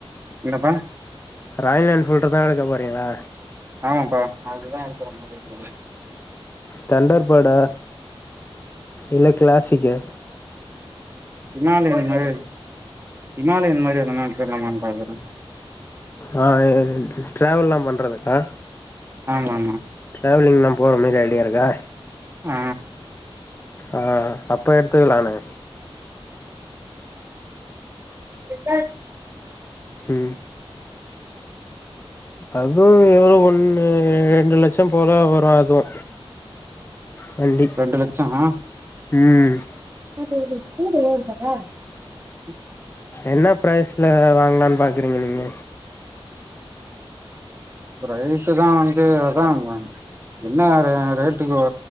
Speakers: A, on the right (about 25°); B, on the left (about 25°).
A: என்னப்பா
B: ராயல் என்ஃபீல்டு தா எடுக்க போறீகளா
A: ஆமாப்பா அதுதா எடுக்குற மாரி இருக்து
B: கண்டோர் பேடு இல்ல கிளாசிக்கு
A: ஹிமாலயன் இந்த மாரி ஹிமாலயன் மாரி எதனா எடுத்தர்லாமான் பாக்குறே
B: ஆ இது டிரவல்லா பண்றதுக்கா
A: ஆமாமா
B: ட்ராவலிங்லா போற மாரி ஐடியா இருக்கா
A: ஆ
B: ஆ அப்போ எடுத்துக்கலானே
A: ஆ
B: ம் அதுவு எவ்ளோ ஒன்னு ரெண்டு லட்சம் போல வரு அதுவு வண்டி
A: ரெண்டு லட்சமா
B: ம்
A: நேத்து எததா ஸ்கூல் <unintelligible>
B: என்னா ப்ரைஸ்ல வாங்கலான் பாக்குறீங்க நீங்க
A: பிரைஸ் தா வந்து அதான் நான் என்னா ரே ரேட்டுக்கு